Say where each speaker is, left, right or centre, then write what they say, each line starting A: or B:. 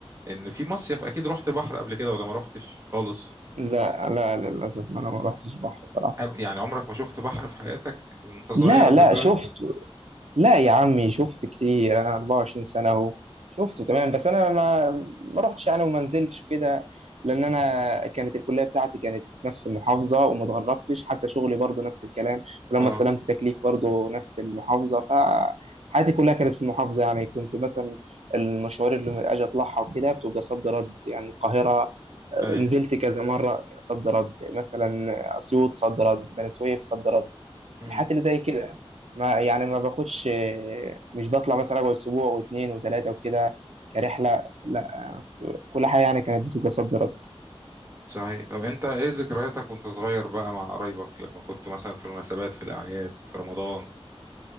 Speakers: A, on the right (about 30°); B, on the right (about 85°).
A: ان في مصيف اكيد رحت بحر قبل كده ولا ما رحتش خالص
B: لا لا للأسف أنا ما رحتش البحر صراحة
A: أب- يعني عمرك ما شفت بحر في حياتك وانت صغير
B: لا
A: لحد
B: لا
A: دلوقتي
B: شفت لا يا عمي شفت كتير أنا 24 سنة أهو شفته تمام بس أنا ما ما رحتش يعني وما نزلتش كده لأن أنا كانت الكلية بتاعتي كانت نفس المحافظة وما اتغربتش حتى شغلي برضه نفس الكلام ولما
A: اه
B: استلمت تكليف برضه نفس المحافظة فحياتي كلها كانت في المحافظة يعني كنت مثلا المشوار اللي أجي أطلعها وكده بتبقى صد رد يعني القاهرة
A: اي
B: نزلت كذا مره صد رد مثلا اسيوط صد رد بني سويف صد رد
A: امم
B: الحاجات اللي زي كده ما يعني ما باخدش مش بطلع مثلا اقعد اسبوع واثنين وثلاثه وكده كرحله لا كل حاجه يعني كانت بتبقى صد رد
A: صحيح طب انت ايه ذكرياتك وانت صغير بقى مع قرايبك لما كنت مثلا في المناسبات في الاعياد في رمضان